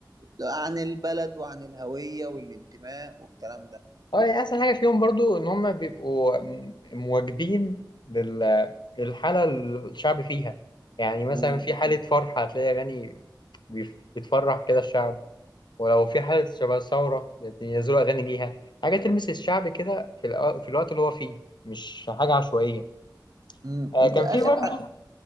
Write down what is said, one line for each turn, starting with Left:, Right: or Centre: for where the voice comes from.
Right: عن البلد وعن الهوية والانتماء والكلام ده
Left: اه يعني احسن حاجه فيهم برضو ان هم بيبقوا م- مواكبين لل... للحاله اللي الشعب فيها يعني مثلا
Right: مم.
Left: في حاله فرح هتلاقي اغاني بيف- بتفرح كده الشعب ولو في حاله شبه ثوره ينزلوا اغاني ليها حاجه تلمس الشعب كده في, الأ... في الوقت اللي هو فيه مش حاجه عشوائيه
Right: مم.
Left: آه
Right: انت
Left: كان
Right: اخر
Left: في برضو
Right: ح...